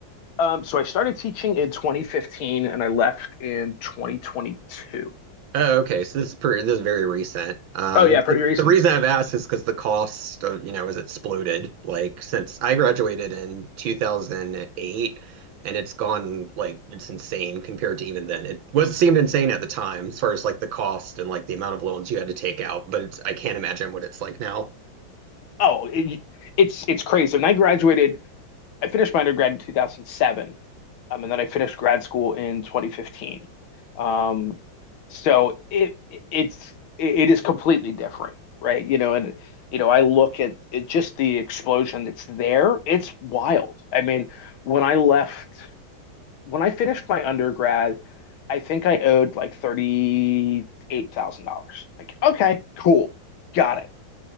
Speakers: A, on the left; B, on the right.
A: Um, so I started teaching in 2015 and I left in 2022.
B: Oh, okay. So this is pretty, this is very recent. Um,
A: Oh yeah, pretty recent.
B: the reason I've asked is because the cost of, you know, has exploded. Like, since I graduated in 2008, and it's gone, like, it's insane compared to even then. It was seemed insane at the time as far as, like, the cost and, like, the amount of loans you had to take out, but it's, I can't imagine what it's like now.
A: Oh, it, it's it's crazy. When I graduated, I finished my undergrad in 2007, um, and then I finished grad school in 2015. Um, so it, it's it is completely different, right? You know, and you know, I look at it, just the explosion that's there. It's wild. I mean, when I left, when I finished my undergrad, I think I owed like $38,000. Like, okay, cool, got it.